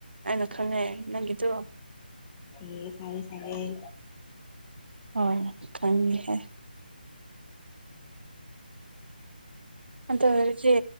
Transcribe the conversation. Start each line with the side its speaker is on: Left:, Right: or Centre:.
Right: ꯑꯩꯅ ꯈꯪꯉꯦ ꯅꯪꯒꯤꯗꯣ
Left: ꯑꯦ ꯁꯥꯢꯌꯦ ꯁꯥꯢꯌꯦ
Right: ꯍꯣ ꯈꯪꯉꯤꯍꯦ ꯑꯗꯨꯑꯣꯢꯔꯗꯤ